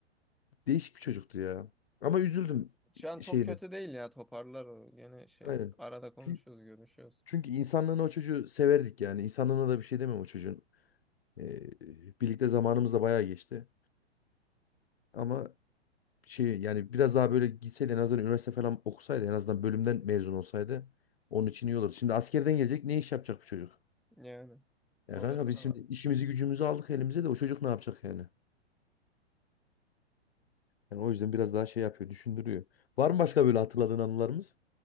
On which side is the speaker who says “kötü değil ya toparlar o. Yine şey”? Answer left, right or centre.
Centre